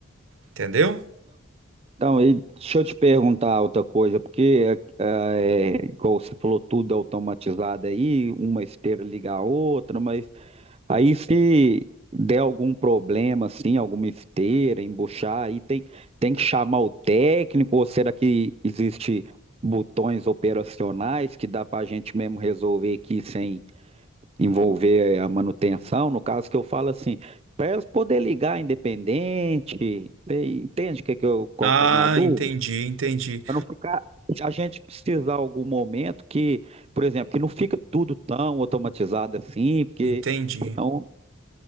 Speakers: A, on the right (about 70°); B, on the right (about 30°).
A: Entendeu?
B: Então, e deixa eu te perguntar outra coisa, porque eh, é, igual você falou, tudo automatizado aí, uma esteira liga a outra, mas aí se der algum problema, assim, alguma esteira, embuchar, aí tem, tem que chamar o técnico, ou será que existe botões operacionais que dá para a gente mesmo resolver aqui sem envolver a manutenção? No caso que eu falo assim, para elas poder ligar independente, você entende que que eu, qual
A: Ah,
B: que é a minha dúvida?
A: entendi, entendi,
B: Para não ficar, se a gente precisar algum momento que, por exemplo, que não fica tudo tão automatizado assim, porque
A: entendi.
B: senão,